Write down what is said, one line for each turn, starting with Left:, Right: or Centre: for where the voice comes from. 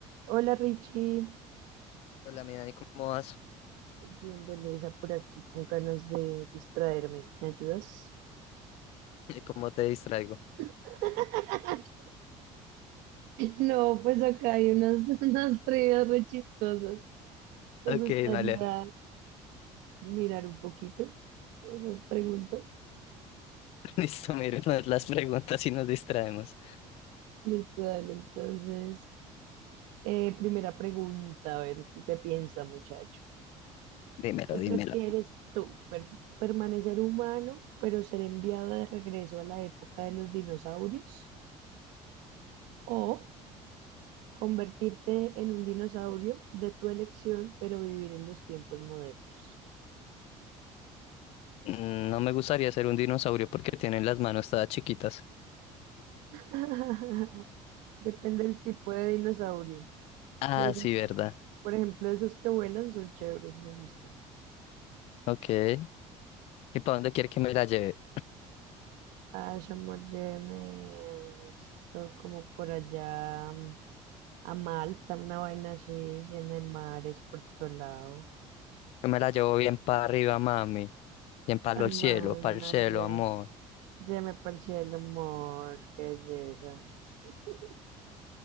Right: Hola Richie,
Left: Hola, mi Dani, ¿cómo vas?
Right: bien belleza por aquí con ganas de distraerme. ¿Me ayudas?
Left: <laughs> ¿Cómo te distraigo?
Right: <laughs> No, pues acá hay unas, <laughs> unas trivias re chistosas. ¿Te
Left: Ok,
Right: gustaría
Left: vale.
Right: mirar un poquito esas preguntas?
Left: <laughs> Listo, miremos las preguntas y nos distraemos.
Right: Listo, dale. Entonces, eh, primera pregunta, a ver, ¿tú qué piensas, muchacho?
Left: Dímelo,
Right: ¿Qué prefieres
Left: dímelo.
Right: tú? per- ¿Permanecer humano, pero ser enviado de regreso a la época de los dinosaurios? ¿O Convertirte en un dinosaurio de tu elección, pero vivir en los tiempos modernos.
Left: Mm, No me gustaría ser un dinosaurio porque tienen las manos todas chiquitas.
Right: <laughs> Depende del tipo de dinosaurio.
Left: Ah,
Right: De esos,
Left: sí, verdad.
Right: por ejemplo, esos que vuelan son chéveres, me gustan.
Left: Ok. ¿Y para dónde quiere que me la lleve?
Right: Ash, me hizo como por allá mm, a Malta, una vaina así llena de mares por todo lado.
Left: Yo me la llevo bien para arriba, mami. Bien para
Right: Amalia,
Left: el cielo, para el cielo, amor.
Right: ya me parecía el humor, qué belleza. <laughs>